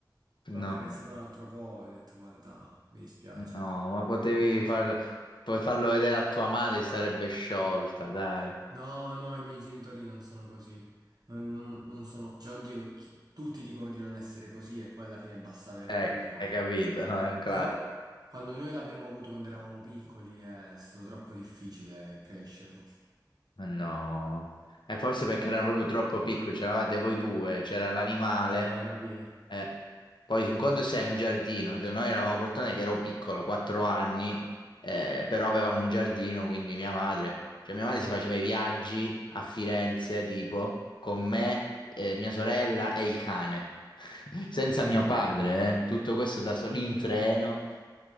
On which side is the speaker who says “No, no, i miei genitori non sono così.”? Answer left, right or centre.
Right